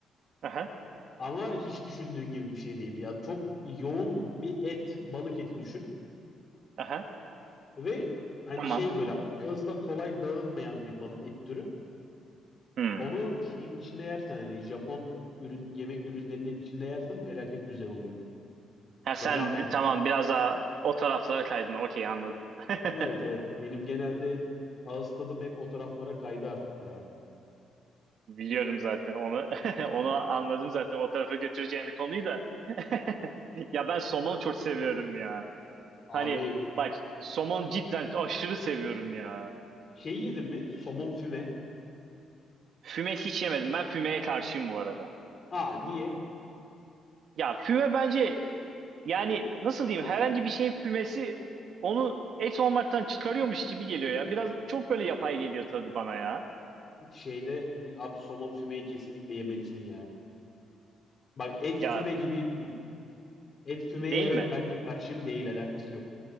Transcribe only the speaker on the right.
Aha,
aha.
Tamam.
Hmm.
Ha
sen
tamam biraz
daha o taraflara kaydın. Okey anladım. <laughs>
Biliyorum zaten onu. <laughs> Onu anladım zaten. O tarafa götüreceğini konuyu da. <laughs> Ya ben somon çok seviyorum ya.
Hani bak somon cidden aşırı seviyorum ya.
Füme hiç yemedim. Ben fümeye karşıyım bu arada.
Ya füme bence yani nasıl diyeyim herhangi bir şeyin fümesi onu et olmaktan çıkarıyormuş gibi geliyor ya. Biraz çok böyle yapay geliyor tadı bana ya.
Ya
değil
mi?